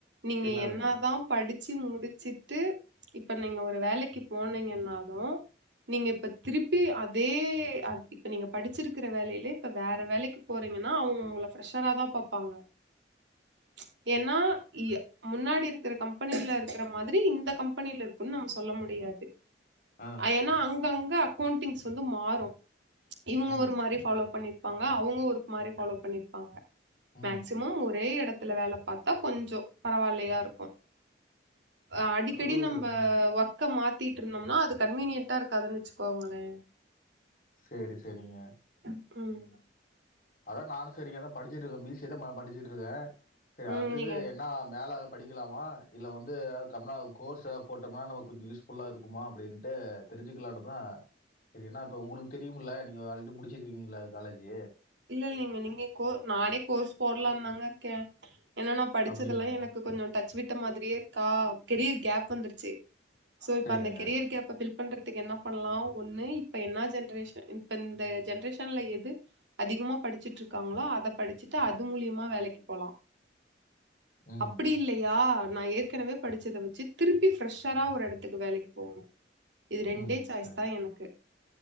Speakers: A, on the right; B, on the left.
A: நீங்க
B: என்னதுங்க
A: என்னாதா படிச்சு முடிச்சிட்டு இப்ப நீங்க ஒரு வேலைக்கு போனீங்கன்னாதா நீங்க இப்ப திருப்பி அதே இப்ப நீங்க படிச்சிருக்கிற வேலையிலயே இப்ப வேற வேலைக்கு போறீங்கன்னா அவங்கவுங்கள ஃப்ரெஷரா தா பாப்பாங்க ச் ஏன்னா இய முன்னாடி இருக்கிற கம்ப கம்பெனில இருக்கிற மாதிரி இந்த கம்பெனில இருக்குன்னு நம்ம சொல்ல முடியாது
B: ஆ
A: ஏன்னா அங்கங்க அக்கௌண்டிங்ஸ் வந்து மாறு இவங்க
B: ம்
A: ஒரு மாரி ஃபாலோ பண்ணிருப்பாங்க அவங்க ஒரு மாரி ஃபாலோ பண்ணிருப்பாங்க மேக்சிமம்
B: ம்
A: ஒரே இடத்துல வேல பாத்தா கொஞ்சோ பரவாயில்லையா இருக்கு அஹ் அடிக்கடி
B: அது
A: நம்ப
B: ம்
A: ஒர்க்க மாத்திட்டு இருந்தோம்னா அது கன்வீனியன்ட்டா இருக்காதுன்னு வச்சுக்கோங்களே
B: சேரி செரிங்க
A: உம்
B: அதா நானு சரிங்க படிச்சுட்டு இருக்கே பி. சி. ஏ தா நா படிச்சுட்டு இருக்கே செரி
A: ம்
B: அடுத்தது
A: நீங்க
B: என்ன நா மேல படிக்கலாமா இல்ல வந்து எதா கம்னா கோர்ஸ் எதா போட்டோம்னா நமக்கு கொஞ்சோ யூஸ் ஃபுல்லா இருக்குமா அப்படின்ட்டு தெரிஞ்சுக்கலானுதா சரிண்ணா இப்போ உங்களுக்கு தெரியுமுல்ல நீங்க ஆல்ரெடி முடிச்சிருக்கீங்கள காலேஜி
A: இல்ல இல்லங்க நீங்க கோ நானே கோர்ஸ் போடலா தாங்க இருக்கே ஏன்னா நா படிச்சதெல்லா
B: அப்டிங்களா
A: எனக்கு கொஞ்சோ டச் விட்ட மாரியே இருக்கா கெரியர் கேப் வந்துருச்சு சோ இப்ப
B: சேரிங்க
A: அந்த கெரியர் கேப்ப ஃபில் பண்றதுக்கு என்ன பண்ணலா ஒண்ணு இப்ப என்னா ஜென்ரேஷன் இப்ப இந்த ஜென்ரேஷன்ல எது அதிகமா படிச்சுட்டு இருக்காங்களோ அத படிச்சுட்டு அது மூலியமா வேலைக்கு போலா
B: ம்
A: அப்பிடில்லையா நா ஏர்க் ஏற்கனவே படிச்சத வச்சு திருப்பி ஃப்ரெஷரா ஒரு இடத்துக்கு வேலைக்கு போவணு இது ரெண்டே
B: ம்
A: சாய்ஸ்
B: சேர்
A: தா எனக்கு